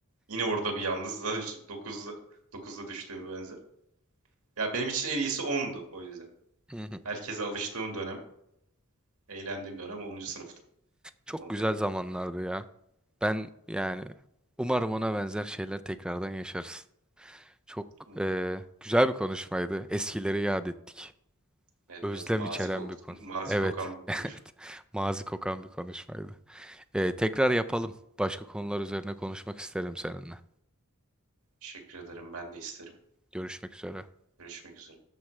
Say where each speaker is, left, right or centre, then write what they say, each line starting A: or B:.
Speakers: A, on the right; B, in the centre.
A: Yine orada bir yalnızlığa düştüm. 9'da, 9'da düştüğüm benzer. Ya benim için en iyisi 10'du o yüzden.
B: Hı hı.
A: Herkese alıştığım dönem, eğlendiğim dönem 10. sınıftı.
B: Çok
A: 11'e
B: güzel
A: göre.
B: zamanlardı ya. Ben yani umarım ona benzer şeyler tekrardan yaşarız. Çok
A: Bunlar-
B: eee, güzel bir konuşmaydı. Eskileri yad ettik.
A: Evet
B: Özlem
A: biraz mazi
B: içeren
A: kok
B: bir konu.
A: mazi
B: Evet.
A: kokan bir konuşma.
B: <laughs> Evet. Mazi kokan bir konuşmaydı. Ee, tekrar yapalım. Başka konular üzerine konuşmak isterim seninle.
A: Teşekkür ederim. Ben de isterim.
B: Görüşmek üzere.
A: Görüşmek üzere.